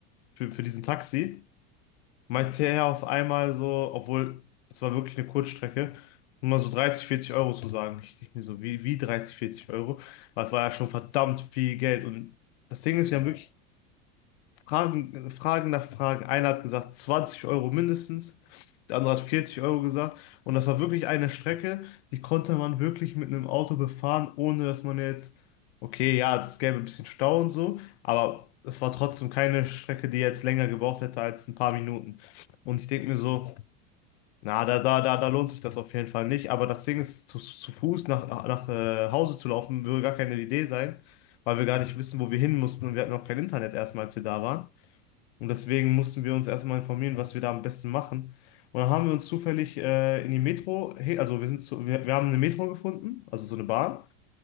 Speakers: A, on the left (about 75°); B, on the left (about 50°).
A: für, für diesen Taxi, meinte
B: Ja,
A: er auf einmal so, obwohl es war wirklich eine Kurzstrecke, nur mal so 30, 40 Euro zu sagen. Ich dachte mir so, wie, wie 30, 40 Euro? Das war ja schon verdammt viel Geld. Und das Ding ist,
B: ja,
A: wir haben
B: ja,
A: wirklich Fragen, Fragen nach Fragen. Einer hat gesagt 20 Euro mindestens, der andere hat 40 Euro gesagt. Und das war wirklich eine Strecke, die konnte man wirklich mit einem Auto befahren, ohne dass man jetzt, okay, ja, es gäbe ein bisschen Stau und so, aber es war trotzdem keine Strecke, die jetzt länger gebraucht hätte als ein paar Minuten. Und ich denke mir so, na, da, da, da, da lohnt sich das auf jeden Fall nicht. Aber das Ding ist, zu, zu Fuß nach, nach, nach äh, Hause zu laufen, würde gar keine Idee sein, weil wir gar nicht wissen, wo wir hin mussten und wir hatten auch kein Internet erstmal, als wir da waren. Und deswegen mussten wir uns erstmal informieren, was wir da am besten machen. Und dann haben wir uns zufällig äh, in die Metro, he- also wir sind zu, wir, wir haben eine Metro gefunden, also so eine Bahn